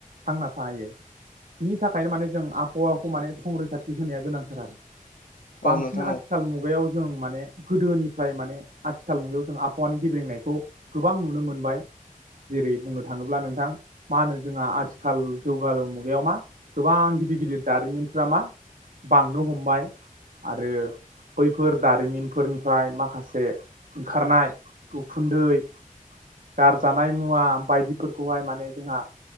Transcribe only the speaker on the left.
औ
नोंथां औ नोंथां
औ